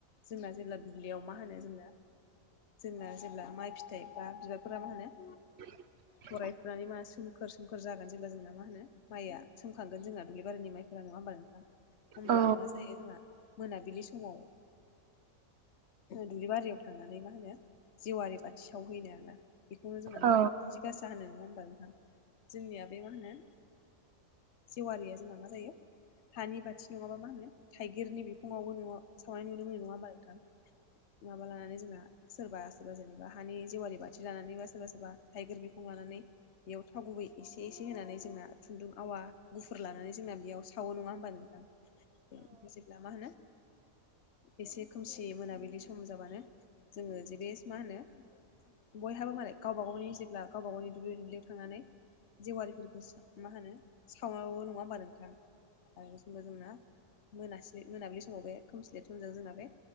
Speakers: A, on the left; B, on the right.
A: जोंना जेब्ला दुब्लियाव मा होनो जोंना जोंना जेब्ला माइ फिथाइ बा बिबारफोरा मा होनो
B: <unintelligible>
A: थरायफुनानै मा सोमखोर सोमखोर जागोन जेब्ला जोंना मा होनो माइआ सोमखांगोन जोंना दुब्लिबारिनि माइफोरा नङा होनबा नोंथां? होमब्ला
B: औ
A: मा जायो जोंना मोनाबिलि समाव दुब्लि बारियाव थांनानै मा होनो जेवारि बाथि सावहैनो आर ना बेखौनो जोंना
B: औ
A: मा होनो खाथि गासा होनो नङा होमबा नोंथां जोंनिया बे मा होनो जेवारिया जोंना मा जायो हानि बाथि नङाबा मा होनो थाइगिरनि बिफङावबो न'आव सावनाय नुनो मोनो नङा होमा नोंथां माबा लानानै जोंना सोरबा सोरबा जेनेबा हानि जेवारि बाथि लानानैबा सोरबा सोरबा थाइगिर बिखं लानानै बेयाव थाव गुबै एसे एसे होनानै जोंना खुन्दुं आवा गुफुर लानानै जोंना बेयाव सावो नङा होमबा नोंथां बे जेब्ला मा होनो एसे खोमसि मोनाबिलि सम जाबानो जोङो जेबे मा होनो बयहाबो मालाय गावबा गावनि जेब्ला गावबा गावनि दुब्लि दुब्लियाव थांनानै जेवारिफोरखौ सा मा होनो सावनांगौ नङा होमबा नोंथां आरो बेसिमबो जोंना मोनासलि मोनाब्लि समाव बे खोमसिलेर समजों जोंना बे